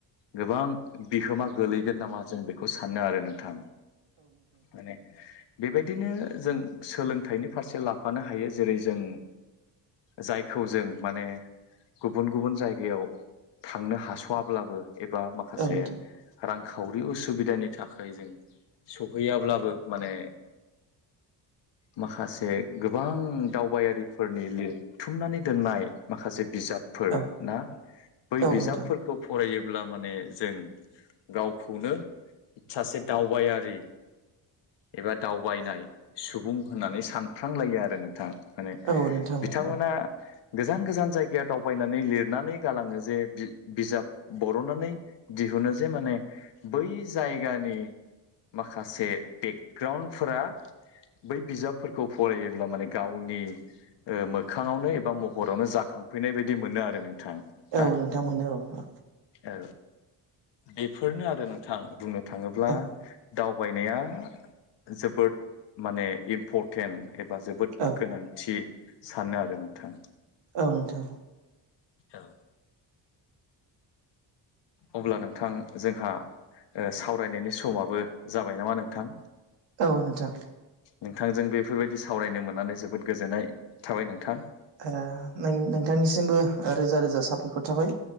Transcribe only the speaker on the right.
औ नोंथां
औ
औ
नोंथां
औ नोंथां
औ
औ नोंथां मोनो औ
औ
औ
औ नोंथां
औ नोंथां।
ओ नों नोंथांनिसिमबो रोजा रोजा साबायखर थाबाय